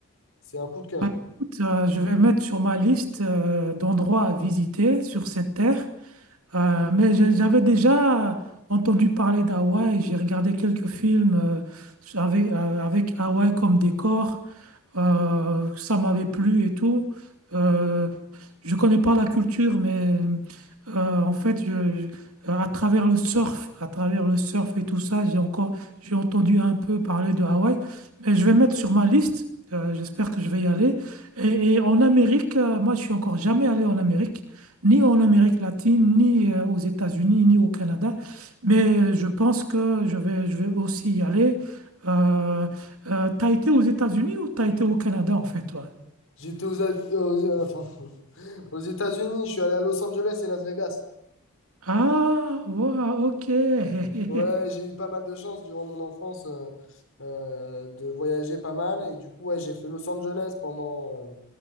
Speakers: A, on the left; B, on the right.
A: c'est un coup de cœur.
B: bah, écoute, euh, je vais mettre sur ma liste euh, d'endroits à visiter sur cette terre. Euh, mais je- j'avais déjà entendu parler d'Hawaï, j'ai regardé quelques films euh, avec, euh, avec Hawaï comme décor, Euh, ça m'avait plu et tout. Euh, je connais pas la culture, mais euh, en fait, je- je- à travers le surf, à travers le surf et tout ça, j'ai encore, j'ai entendu un peu parler de Hawaï, mais je vais mettre sur ma liste. euh, j'espère que je vais y aller. Et, et en Amérique, euh, moi, je suis encore jamais allé en Amérique, ni en Amérique latine, ni euh, aux États-Unis, ni au Canada. Mais je pense que je vais, je vais aussi y aller. Euh, euh, t'as été aux États-Unis ou t'as été au Canada, en fait, toi?
A: J'étais aux, A- aux, euh, enfin, <laughs> aux États-Unis, je suis allé à Los Angeles et Las Vegas.
B: Ah, wow, ok. <laughs>
A: Ouais, j'ai eu pas mal de chance durant mon enfance euh, euh, de voyager pas mal. Et du coup, ouais, j'ai fait Los Angeles pendant, euh,